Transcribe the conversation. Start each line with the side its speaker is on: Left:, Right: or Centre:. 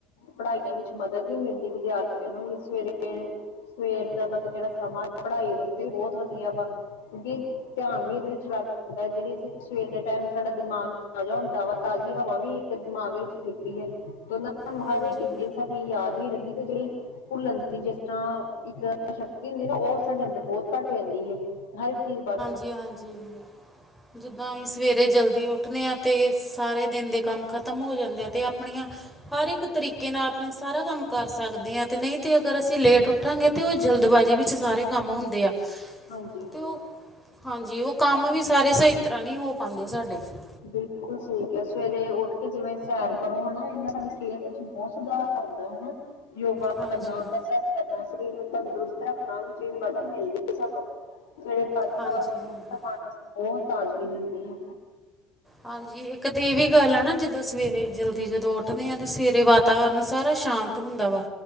Left: ਪੜ੍ਹਾਈਆਂ ਵਿੱਚ ਮਦਦ ਵੀ ਮਿਲਦੀ ਏ। 'ਵਿਦਿਆਰਥੀਆਂ, ਨੂੰ ਵੀ ਸਵੇਰੇ ਸਵੇਰ ਦਾ ਮਤਲਬ, ਜਿਹੜਾ ਸਮਾਂ ਪੜ੍ਹਾਈ ਵਾਸਤੇ ਬਹੁਤ ਵਧੀਆ ਵਾ, ਕਿਉਂਕਿ? ਧਿਆਨ ਵੀ ਇਹਦੇ ਵਿੱਚ ਲੱਗ ਜਾਂਦਾ ਹੈ ਜਿਹੜੀ ਸਵੇਰ ਦੇ ਟਾਈਮ, ਸਾਡਾ ਦਿਮਾਗ ਤਾਜ਼ਾ ਹੁੰਦਾ ਵਾ, ਤਾਜ਼ੀ ਹਵਾ ਵੀ ਇੱਕ ਦਿਮਾਗ ਵਿੱਚ ਫਿਰਦੀ ਐ ਤੇ ਉਹਨਾਂ
Centre: ਹਾਂਜੀ
Left: ਇੱਕ ਇੱਕ ਸਾਨੂੰ ਸਾਡੀ <inaudible> ਨਾਲ ਹੀ ਭੁੱਲਣ ਦੀ, ਜਿਸ ਤਰ੍ਹਾਂ ਇੱਕ ਸ਼ਕਤੀ ਹੁੰਦੀ ਨਾ, ਉਹ ਸਾਡੇ ਅੰਦਰ ਬਹੁਤ ਘੱਟ ਹੁੰਦੀ ਏ। ਹਰ ਇੱਕ ਚੀਜ਼, ਬ
Centre: ਜੀ ਹਾਂਜੀ, ਜਿੱਦਾਂ ਅਸੀਂ ਸਵੇਰੇ ਜਲਦੀ ਉੱਠਦੇ ਆ ਅਤੇ ਸਾਰੇ ਦਿਨ ਦੇ ਕੰਮ ਖਤਮ ਹੋ ਜਾਂਦੇ ਆ, ਤੇ ਆਪਣੀਆਂ, ਹਰ ਇੱਕ ਤਰੀਕੇ ਨਾਲ, ਆਪਣਾ ਸਾਰਾ ਕੰਮ ਕਰ ਸਕਦੇ ਆ। ਨਹੀਂ ਤੇ ਅ ਪਰ ਅਸੀਂ, ਲੇਟ
Left: ਹਮ।
Centre: ਉੱਠਾਂਗੇ, ਤੇ ਉਹ ਜਲਦਬਾਜੀ, ਵਿੱਚ ਸਾਰੇ ਕੰਮ ਹੁੰਦੇ ਆ।
Left: ਹਾਂਜੀ।
Centre: ਤੇ ਉਹ ਹਾਂਜੀ, ਉਹ ਕੰਮ ਵੀ ਸਾਰੇ ਸਹੀ ਤਰ੍ਹਾ ਨੀ ਹੋ ਪਾਉਂਦੇ ਸਾਡੇ ਤੋਂ?
Left: ਬਿਲਕੁਲ ਸਹੀ ਕਿਹਾ ਸਵੇਰੇ, ਉੱਠ ਕੇ ਜਿਵੇਂ, ਸੈਰ ਕਰੋ ਹਨਾ, ਇਹ ਸਾਡੀ ਸਿਹਤ, ਵਿੱਚ ਬਹੁਤ ਸੁਧਾਰ ਆਉਂਦਾ ਹਨਾ। ਯੋਗਾ
Centre: ਹਾਂਜੀ
Left: ਕਰਨਾ, ਕਸਰਤ ਕਰਨਾ। ਸਰੀਰ ਨੂੰ। ਤੰਦਰੁਸਤ, ਰੱਖਣਾ ਵਿੱਚ ਵੀ ਮਦਦ ਮਿਲਦੀ ਹੈ। ਸਾਨੂੰ? ਸਵੇਰੇ ਤਾਜੀ
Centre: ਹਾਂਜੀ
Left: ਹਵਾ, ਸਰੀਰ,
Centre: ਹਾਂਜੀ
Left: ਤੇ ਮਨ, ਵਾਸਤੇ ਬਹੁਤ ਤਾਜ਼ਗੀ ਦਿੰਦੀ ਏ
Centre: ਹਾਂਜੀ, ਇੱਕ ਤੇ ਇਹ ਵੀ ਗੱਲ ਆ ਨਾ, ਜਦੋ ਸਵੇਰੇ ਜਲਦੀ, ਜਦੋਂ ਉਠਦੇ ਆ ਤੇ, ਸਵੇਰੇ ਵਾਤਾਵਰਨ ਸਾਰਾ ਸ਼ਾਂਤ ਹੁੰਦਾ ਵਾ,